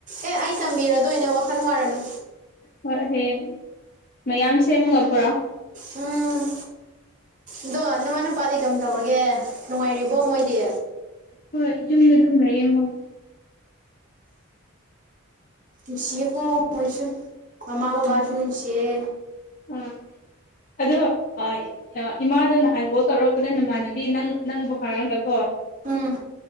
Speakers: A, on the right; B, on the left.
A: ꯑꯦ ꯑꯩ ꯇꯝꯕꯤꯔꯗꯣꯏꯅꯦ ꯋꯥꯈꯜ ꯋꯥꯔꯅꯨ
B: ꯍꯣꯏ ꯍꯌꯦꯡ ꯃꯌꯥꯝ ꯁꯦꯝꯃꯒ ꯄꯨꯔꯛꯑꯣ
A: ꯎꯝ ꯑꯗꯣ ꯅꯃꯥ ꯅꯄꯥꯗꯤ ꯀꯝꯗꯧꯔꯤꯒꯦ ꯅꯨꯡꯉꯥꯏꯔꯤꯕꯣ ꯃꯣꯏꯗꯤ
B: ꯍꯣꯏ ꯌꯨꯝꯗ ꯑꯗꯨꯝ ꯂꯩꯌꯦ ꯃꯣꯏ
A: ꯅꯨꯡꯁꯤꯌꯦꯀꯣ ꯃꯣꯏꯁꯨ ꯃꯃꯥ ꯕꯕꯥꯁꯨ
B: ꯎꯝ
A: ꯅꯨꯡꯁꯤꯌꯦ
B: ꯑꯥ ꯑꯗꯣ ꯑꯥ ꯑ ꯏꯃꯥꯗꯣ ꯅꯍꯥꯟ ꯀꯣꯜ ꯇꯧꯔꯛꯄꯗ ꯅꯃꯥꯟꯅꯕꯤ ꯅꯪ ꯅꯪꯕꯨ ꯍꯥꯏꯔꯒꯀꯣ
A: ꯎꯝ